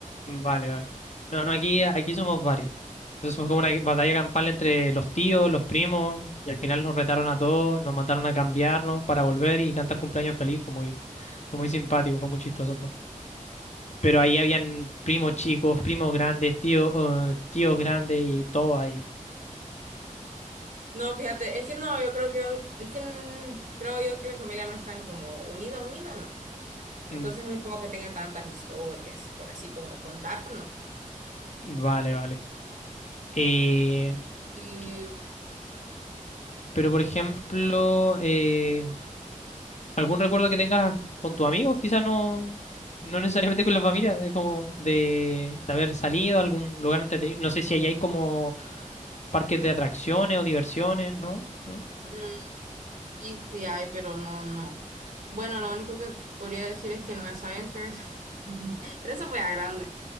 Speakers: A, on the left; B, on the right.
A: Vale, vale. No, no, aquí, aquí somos varios. Entonces fue como una batalla campal entre los tíos, los primos, y al final nos retaron a todos, nos mandaron a cambiarnos para volver y cantar cumpleaños feliz. Fue muy, fue muy simpático, fue muy chistoso todo. Pero ahí habían primos chicos, primos grandes, tíos, eh, tíos grandes y todo ahí.
B: No, fíjate, es que no, yo creo que, es que mm, creo yo que mi familia no es tan como unida, unida, no. Entonces
A: Mm,
B: no es como que tenga tantas historias, por así como contarnos.
A: vale, vale. Eh,
B: Y
A: que- pero por ejemplo, eh, ¿Algún recuerdo que tengas con tus amigos? Quizás no, no necesariamente con la familia, es como de, de haber salido a algún lugar entretenido. No sé si allá hay como parques de atracciones o diversiones, ¿no? ¿No?
B: mm, sí, sí hay, pero no, no. Bueno, lo único que podría decir es que en la Science Fair, <laughs> pero eso fue a grande.